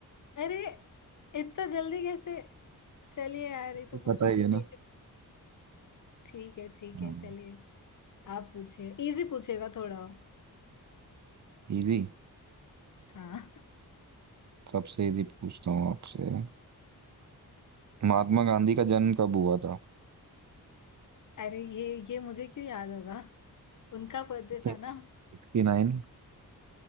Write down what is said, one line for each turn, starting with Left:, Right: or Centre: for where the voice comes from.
Left: अरे इतना जल्दी कैसे चलिए यार
Right: ये
Left: ये तो
Right: तो
Left: बहुत
Right: पता
Left: जल्दी
Right: ही है
Left: सही
Right: ना
Left: से ठीक है ठीक
Right: हाँ
Left: है चलिए आप पूछिए इजी पूछिएगा थोड़ा
Right: इजी
Left: हाँ
Right: सबसे इजी पूछता हूँ आपसे महात्मा गांधी का जन्म कब हुआ था
Left: <laughs> अरे ये ये मुझे क्यों याद होगा उनका बर्थडे था
Right: 1869
Left: ना